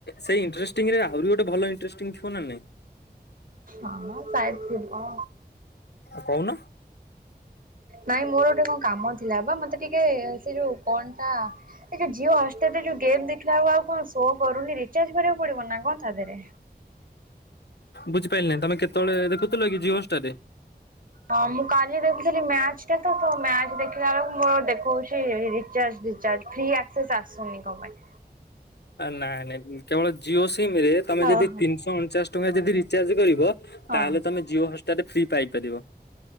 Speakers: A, on the left; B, on the right.
A: ସେଇ ଇଣ୍ଟ୍ରେଷ୍ଟିଙ୍ଗ ରେ ଆହୁରି ଗୋଟ ଭଲ ଇଣ୍ଟ୍ରେଷ୍ଟିଙ୍ଗ <unintelligible> ନଁ ନାଇ।
B: ହ ପ୍ରାୟ ଥିବ।
A: କହୁନ?
B: ନାଇଁ ମୋର ଗୋଟେ କଣ କାମ ଥିଲା ବା ମତେ ଟିକେ ସେ ଯୋଉ କଣ ଟା? ଏ ଯୋ ଜିଓ ହଷ୍ଟେରେ ଯୋଉ ଗେମ ଦେଖିଲାବେଳକୁ ଆଉ କଣ ସୋ କରୁନି ରିଚାର୍ଜ କରିବାକୁ ପଡିବ ନା କଣ ତା ଦେହରେ?
A: ବୁଝିପାରିଲିନି ତମେ କେତେବେଳେ ଦେଖୁଥିଲ କି ଜିଓ ହୋଷ୍ଟର ରେ?
B: ହଁ ମୁଁ କାଲି ଦେଖୁଥିଲି ମ୍ୟାଚ ଟା ତ ମ୍ୟାଚ ଦେଖିଲା ବେଳକୁ ମୋର ଦେଖଉଛି ରିଚାର୍ଜ ରିଚାର୍ଜ। ଫ୍ରିଏକ୍ସେସ ଆସୁନି କଣ ପାଇଁ?
A: ନାଇଁ ନାଇଁ କେବଳ ଜିଓ ସିମ ରେ ତମେ
B: ହଁ
A: ଯଦି
B: ହଁ
A: ତିନିଶହ ଅଣଚାଶ ଟଙ୍କା ଯଦି ରିଚାର୍ଜ କରିବ।
B: ହଁ
A: ତାହେଲେ ତମେ ଜିଓ ହଷ୍ଟାଲରେ ଫ୍ରି ପାଇପାରିବ।